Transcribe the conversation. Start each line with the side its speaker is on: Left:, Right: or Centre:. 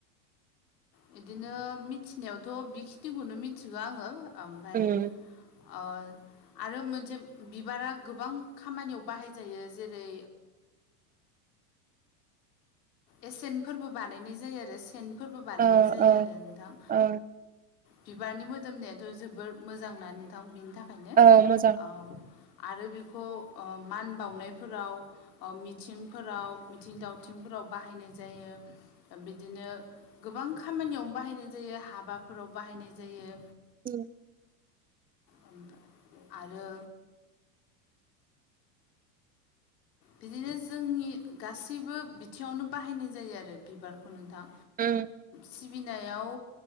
Left: बिदिनो मिथिनायावथ' बिखिनिखौनो मिथिगौ आङो आमफाय
Right: उम
Left: ओ आरो मोनसे बिबारा गोबां खामानियाव बाहायजायो जेरै एसेन फोरबो बानायनाय जायो आरो सेन फोरबो बानायनाय
Right: ओ
Left: जायो
Right: ओ
Left: आरो नोंथां।
Right: ओ
Left: बिबारनि मोदोमनायाथ' जोबोर मोजांना नोंथां बिनि थाखायनो
Right: औ मोजां
Left: औ आरो बिखौ मान बावनायफोराव मिथिंफोराव मिथिं दावथिंफोराव बाहायनाय जायो। बिदिनो गोबां खामानियावनो बाहायनाय जायो हाबाफोराव बाहायनाय जायो।
Right: उ
Left: औ नोंथां आरो बिदिनो जोंनि गासैबो बिथिङावनो बाहायनाय जायो आरो बिबारखौ नोंथां।
Right: उम
Left: सिबिनायाव